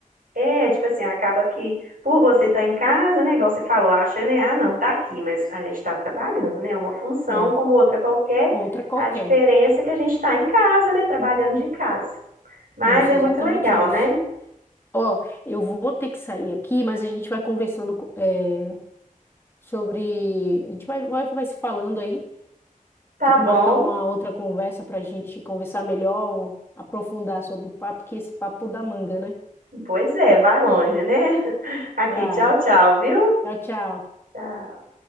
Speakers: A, on the right; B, on the left.
A: É, tipo assim, acaba que por você estar em casa, né? Igual você falou, acha, né? Ah, não, tá aqui, mas a gente está trabalhando, né? Uma função
B: É,
A: como outra qualquer.
B: outra qualquer.
A: A diferença é que a gente está em casa, né? Trabalhando de casa. Mas
B: Isso,
A: é
B: exatamente
A: muito legal,
B: isso.
A: né?
B: Ó, eu vou ter que sair aqui, mas a gente vai conversando co- é, sobre. A gente vai, vai, vai se falando aí.
A: Tá
B: Tem que
A: bom.
B: marcar uma outra conversa para a gente conversar melhor, um- aprofundar sobre o papo, que esse papo dá manga, né?
A: Pois é, vai longe, né? <laughs> Aqui,
B: Vai.
A: tchau, tchau, viu?
B: Tchau, tchau.
A: Tchau.